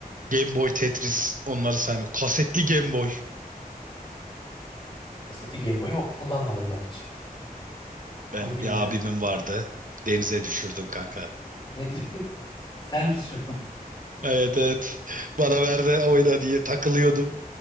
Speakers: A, on the right; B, on the left.
A: Game Boy Tetris onları saymıyorum. Kasetli Game Boy.
B: Mesela Game Boy'u kullanmadım bak hiç.
A: Ben
B: Onu bilmiyorum.
A: bir abimin vardı. Denize düşürdüm kanka.
B: Ne diye? <laughs> Sen düşürdün.
A: Evet evet. Bana ver de oyna diye takılıyordum.